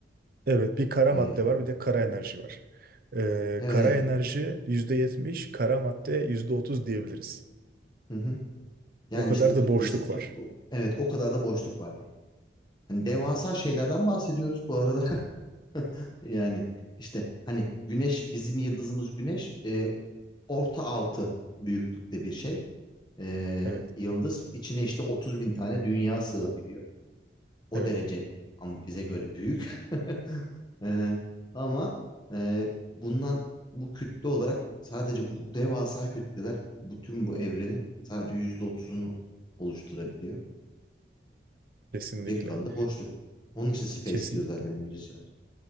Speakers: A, on the right (about 55°); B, on the left (about 25°).
A: Evet, bir kara
B: Ee,
A: madde var, bir de kara enerji var. Ee,
B: evet
A: kara
B: evet.
A: enerji %70, kara madde %30 diyebiliriz.
B: Hı hı. Yani
A: O kadar
B: işte kütlesi
A: da boşluk
B: kü-
A: var.
B: bu- evet o kadar da boşluk var yani. Hani devasa şeylerden bahsediyoruz bu arada. <laughs> <laughs> Yani işte hani güneş bizim yıldızımız güneş e, orta altı büyüklükte bir şey. E,
A: Evet,
B: yıldız içine işte 30 bin tane dünya sığabiliyor. O
A: evet.
B: derece ama bize göre büyük. <laughs> E, ama e, bundan bu kütle olarak sadece bu devasa kütleler bütün bu evrenin sadece yüzde otuzunu oluşturabiliyor.
A: Kesinlikle.
B: Geri kalanı da boşluk. Onun için space
A: Kesinlikle.
B: diyor zaten İngilizceler.